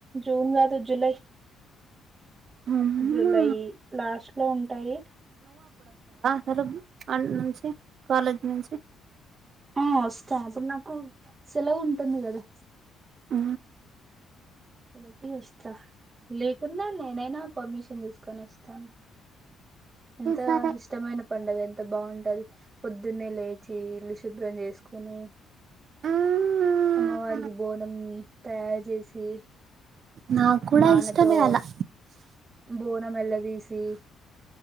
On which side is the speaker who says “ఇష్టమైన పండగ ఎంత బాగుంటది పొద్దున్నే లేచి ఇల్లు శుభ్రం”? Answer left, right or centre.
Right